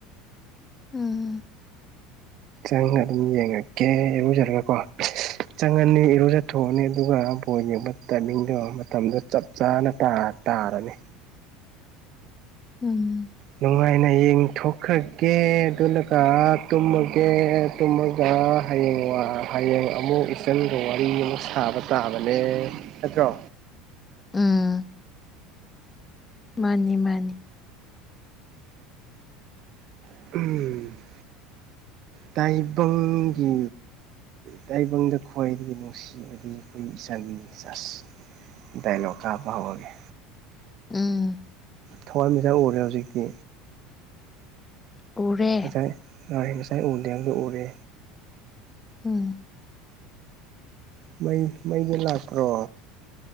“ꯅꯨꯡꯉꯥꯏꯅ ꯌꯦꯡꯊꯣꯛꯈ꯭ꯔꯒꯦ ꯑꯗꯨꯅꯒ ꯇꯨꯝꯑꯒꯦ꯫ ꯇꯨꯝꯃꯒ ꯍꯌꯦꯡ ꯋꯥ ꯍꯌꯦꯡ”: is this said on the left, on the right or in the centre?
Right